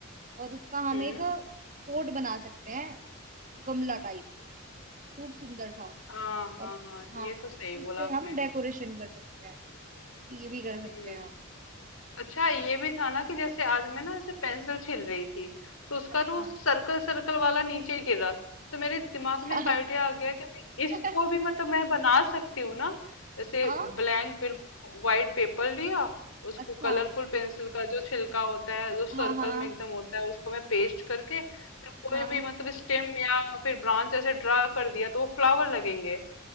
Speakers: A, on the right; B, on the left.
A: और उसका हम
B: हम्म
A: एक पोट बना सकते हैं गमला टाइप खूब सुंदर सा
B: हाँ
A: और
B: हाँ
A: हाँ
B: ये तो सही
A: उस
B: बोला
A: पे
B: आपने
A: हम डेकोरेशन कर सकते हैं ये भी कर
B: हम्म
A: सकते हैं आप
B: अच्छा ये भी था ना कि जैसे आज मैं ना ऐसे पेंसिल छील रही थी तो उसका
A: अच्छा
B: ना सर्कल सर्कल वाला नीचे गिरा तो मेरे दिमाग
A: अच्छा
B: में एक आइडिया आ गया कि भाई इसको
A: <laughs>
B: भी मतलब मैं बना सकती हूँ ना जैसे
A: हाँ
B: ब्लैंक बिल्कुल व्हाइट पेपर लिया उसको
A: अच्छा
B: कलरफुल पेंसिल का जो छिलका होता है जो सर्कल
A: हाँ हाँ
B: में एकदम होता है उसको मैं पेस्ट करके फिर कोई
A: हाँ
B: भी मतलब स्टेम या फिर ब्रांच ऐसे ड्रा कर दिया तो वो फ्लावर लगेंगे